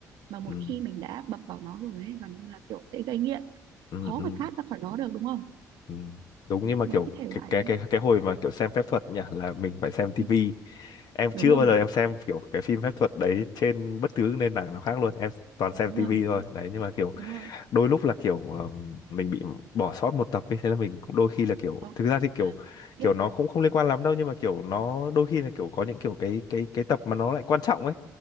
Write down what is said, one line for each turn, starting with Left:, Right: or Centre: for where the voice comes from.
Right: mà một
Left: ừ,
Right: khi mình đã bập vào nó rồi ấy, gần như là kiểu sẽ gây nghiện,
Left: ừ,
Right: khó
Left: ừ,
Right: mà thoát ra khỏi nó được đúng không?
Left: ừ. đúng nhưng mà
Right: Mấy
Left: kiểu
Right: cái thể
Left: cái
Right: loại
Left: cái
Right: đấy.
Left: cái cái hồi mà kiểu xem phép thuật nhỉ là mình phải xem tivi
Right: Ừ,
Left: em
Right: đúng
Left: chưa
Right: rồi,
Left: bao giờ em xem kiểu cái phim phép thuật đấy trên bất cứ nền tảng nào khác luôn em toàn xem
Right: đúng
Left: tivi
Right: rồi, đúng
Left: thôi
Right: rồi,
Left: đấy nhưng mà kiểu
Right: đúng rồi.
Left: đôi lúc là kiểu ờm, mình bị bỏ sót một tập ấy thế là mình cũng đôi khi là kiểu
Right: Có
Left: thực ra thì kiểu
Right: tiếc
Left: kiểu nó cũng không liên quan lắm đâu nhưng mà kiểu nó đôi khi là kiểu có những kiểu cái cái cái tập mà nó lại quan trọng ấy